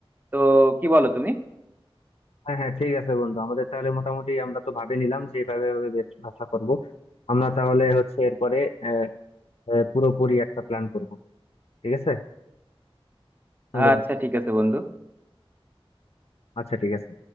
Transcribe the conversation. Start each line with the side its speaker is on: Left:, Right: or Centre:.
Right: তো কি বলো তুমি
Left: হ্যাঁ হ্যাঁ ঠিক আছে বন্ধু আমাদের তাহলে মোটামুটি আমরা তো ভাবে নিলাম যে এভাবে এভাবে ব্যবস- ব্যবসা করব আমরা তাহলে হচ্ছে এরপরে আহ আহ, পুরোপুরি একটা প্ল্যান করব ঠিক আছে সুন্দর
Right: আচ্ছা ঠিক আছে বন্ধু
Left: আচ্ছা ঠিক আছে